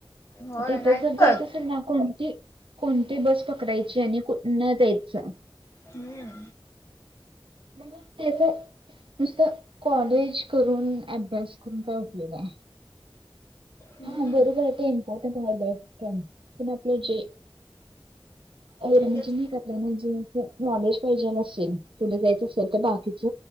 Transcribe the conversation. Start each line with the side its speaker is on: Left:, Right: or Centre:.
Left: होय
Right: म ते इथंच
Left: नाहीत
Right: जायचं
Left: कळत
Right: असल ना कोणती कोणती बस पकडायची आणि कुठंनं जायचं
Left: हम्म.
Right: म त्याच नुसतं कॉलेज करून, अभ्यास करून काय उपयोग आहे.
Left: हम्म
Right: हा बरोबर आहे ते इम्पॉर्टंट हाय पण आपलं जे <unintelligible> म्हणजे
Left: तेच
Right: असं नॉलेज पाहिजे असेल, पुुढे जायचं असेल तर बाकीच